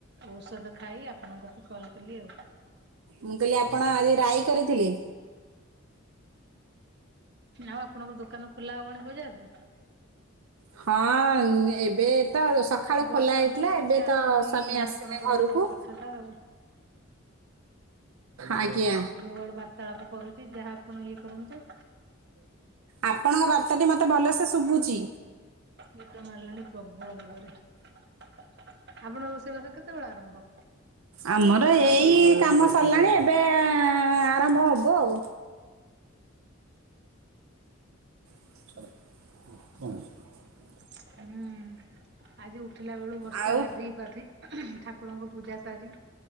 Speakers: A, on the right; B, on the right.
A: ଔଷଧ ଖାଇ ଆପଣଙ୍କ କତିକି କଲ୍ କଲି ଆଉ।
B: ମୁଁ କହିଲି ଆପଣ ଆଜି ରାଇ କରିଥିଲେ?
A: ଆଉ ଆପଣଙ୍କ ଦୋକାନ ଖୋଲା ହବଣି ବଜାରରେ?
B: ହଁ ଉଁ ଏବେ ତ ସକାଳୁ
A: ଏ ବର୍ଷା
B: ଖୋଲା ହେଇଥିଲା
A: ପାଇଁ କିଛି
B: ଏବେ
A: ଆସୁନି
B: ତ ସ୍ୱାମୀ ଆସିଲେ
A: ଆପଣଙ୍କର
B: ଘରକୁ।
A: କଥାଟା ଆଉ।
B: ଆଜ୍ଞା
A: ମୁଁ ମୁଁ ଇଆଡୁ ବାର୍ତ୍ତାଳାପ କରୁଛି ଯାହା ଆପଣ ଇଏ କରନ୍ତୁ।
B: ଆପଣଙ୍କ ବାର୍ତ୍ତାଟି ମତେ ଭଲସେ ଶୁଭୁଛି।
A: ନିଦ ମାଡ଼ିଲାଣି ପ୍ରବଳ ବେଗରେ। ଆପଣଙ୍କ ରୋଷେଇବାସ କେତେବେଳେ ଆରମ୍ଭ?
B: ଆମର ଏଇ କାମ ସରିଲାଣି ଏବେ
A: ଆଲୋ
B: ଆରମ୍ଭ ହବ ଆଉ। <unintelligible>
A: ହୁଁ। ଆଜି ଉଠିଲା ବେଳୁ ବର୍ଷା
B: ଆଉ।
A: ଗାଧୋଇ ପାଧୋଇ ଠାକୁରଙ୍କ ପୂଜା ସାରି